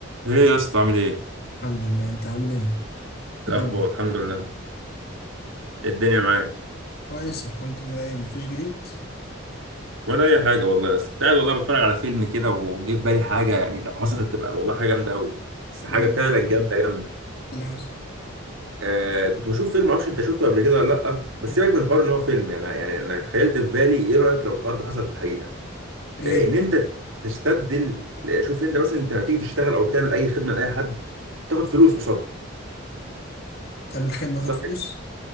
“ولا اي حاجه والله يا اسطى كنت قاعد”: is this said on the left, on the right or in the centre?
Right